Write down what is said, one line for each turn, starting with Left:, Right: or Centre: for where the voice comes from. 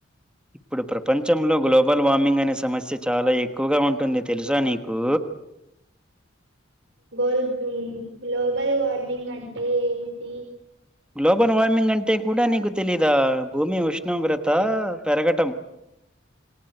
Centre: ఇప్పుడు ప్రపంచంలో గ్లోబల్ వార్మింగ్ అనే సమస్య చాలా ఎక్కువగా ఉంటుంది తెలుసా నీకు.
Right: గోల్ దున్ గ్లోబల్ వార్మింగ్ అంటే ఏమిటి?
Centre: గ్లోబల్ వార్మింగ్ అంటే కూడా నీకు తెలీదా భూమి ఉష్ణోగ్రత పెరగటం.